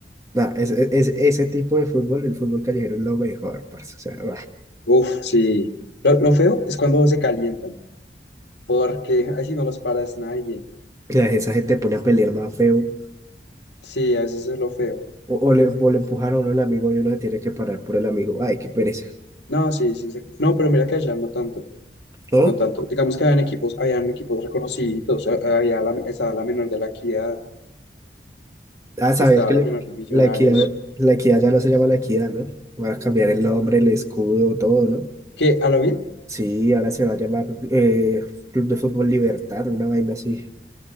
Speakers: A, on the right; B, on the left.
A: Nah, es, es- es- ese tipo de fútbol, el fútbol callejero es lo mejor, parce. O sea, bah,
B: Uf, sí. Lo, lo feo es cuando se calientan, porque así no los paras nadie.
A: la- esa gente pone a pelear más feo.
B: Sí, a veces es lo feo.
A: O, o le, o le empujan a uno el amigo y uno se tiene que parar por el amigo. Ay, qué pereza.
B: No, sí, sí. sí. No, pero mira que allá no tanto.
A: ¿No?
B: no tanto. Digamos que habían equipos, habían equipos reconocidos, ha- había la, estaba la menor de la Equidad,
A: Ah, sabías
B: estaba
A: que
B: la
A: le-
B: menor de Millonarios.
A: la equidad, la equidad ya no se llama la equidad, ¿no? Van a cambiar el nombre, el escudo, todo, ¿no?
B: ¿Qué? ¿A lo bien?
A: Sí, ahora se va a llamar eh, Club de Fútbol Libertad, una vaina así.